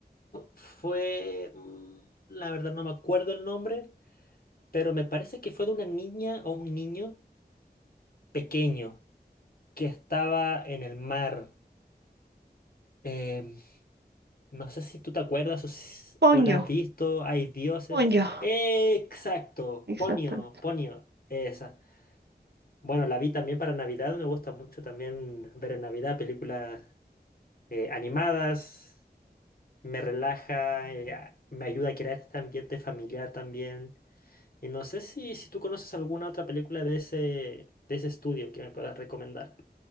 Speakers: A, on the left (about 60°); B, on the right (about 80°).
A: fue, mm, la verdad no me acuerdo el nombre, pero me parece que fue de una niña o un niño pequeño que estaba en el mar. Em, no sé si tú te acuerdas o, si-
B: Ponyo,
A: o la has visto, hay dioses.
B: Ponyo,
A: Exacto,
B: exactamente.
A: Ponio, Ponio, esa. Bueno, la vi también para Navidad, me gusta mucho también ver en Navidad películas eh, animadas, me relaja, eh, a- me ayuda a crear este ambiente familiar también. Y no sé si, si tú conoces alguna otra película de ese, de ese estudio que me puedas recomendar.